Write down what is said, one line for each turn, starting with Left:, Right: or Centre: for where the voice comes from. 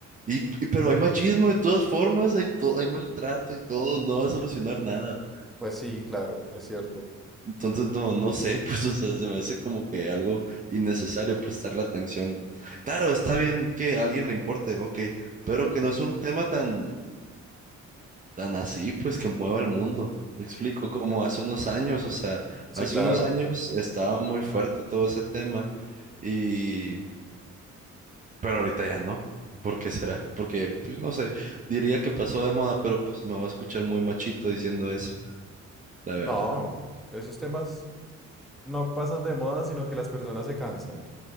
Right: Y, y- pero hay machismo de todas formas, hay, to- hay maltrato y todo, no va a solucionar nada.
Centre: pues sí, claro, es cierto.
Right: Entonces, no, no sé, <laughs> pues, o sea, se me hace como que algo innecesario prestarle atención. Claro, está bien que a alguien le importe, ok, pero que no sea un tema tan, tan así, pues, que mueva el mundo. Me explico, como hace unos años, o sea,
Centre: Sí,
Right: hace
Centre: claro.
Right: unos años estaba muy fuerte todo ese tema y, pero ahorita ya no. ¿Por qué será? Porque, pues, no sé, diría que pasó de moda, pero pues me va a escuchar muy machito diciendo eso, la verdad.
Centre: No, esos temas. no pasan de moda, sino que las personas se cansan.